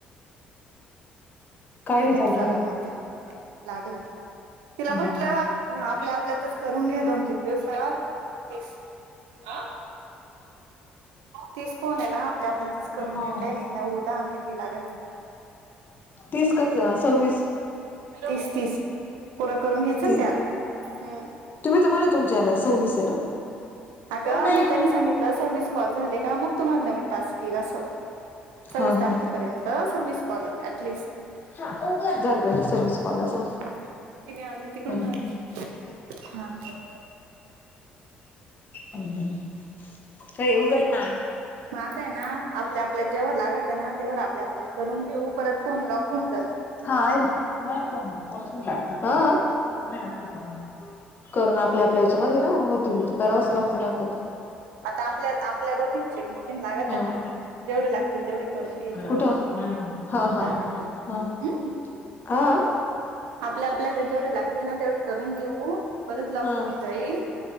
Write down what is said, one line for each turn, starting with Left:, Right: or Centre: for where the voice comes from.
Left: काय
Right: किती
Left: नाही
Right: नीट
Left: चालू
Right: चालं
Left: राहिल
Right: ना आता हा लागला तिला
Left: हम्म
Right: म्हंटलं आपल्या आपल्यातच करून घ्या दोन तीन दिवसात तीस आ तीस फोन आहे ना आपल्या आपल्यातच करून
Left: हा
Right: घ्या काही नाही नऊ दहा कित तो लागत नाही.
Left: तीस का सव्वीस.
Right: तीस तीस पूरं करून घ्यायचं
Left: ती
Right: ना ते आता हम्म
Left: तुम्ही तमला तुमच्या याला सव्वीस आहे ना?
Right: अगं
Left: कोण आहे
Right: मग त्यांनी सांगितलं अ सव्वीस कॉल झाले का मग तुम्हाला नवीन टास्क येईल असं. सव्वीस
Left: हा हा
Right: तारखेपर्यंत सव्वीस कॉल ऍटलिस्ट --
Left: झालं पाहिजे सव्वीस कॉल अस ह
Right: नाही नाही तिने आलं तिकडून
Left: हम्म.
Right: आलं हा.
Left: हम् हम् काय उघड ना!
Right: मात आहे ना आपल्या आपल्यात जेव्हा लागत आहे ना तेवर आपल्या आपल्यात करून घेऊ परत फोन लॉक कोण जाते.
Left: हा आहे ना <unintelligible> आ <unintelligible> करून आपल्या आपल्या याच्यामध्ये ना होतील तर करावच लागतील आता ते.
Right: आता आपल्या आपल्या दोघींची एकमेकीन लागत
Left: हा
Right: आहे ना जेवढे लागतील तेवढे करून घ्यायचे
Left: कुठं?
Right: बोलून
Left: हा
Right: घ्यायचे दहा
Left: हा
Right: मिनिटं
Left: हा
Right: हम्
Left: हा
Right: आपल्या आपल्या तच जेवढे लागतील ना तेवढे करून घेऊ. परत लॉक
Left: हा
Right: होवून जाईल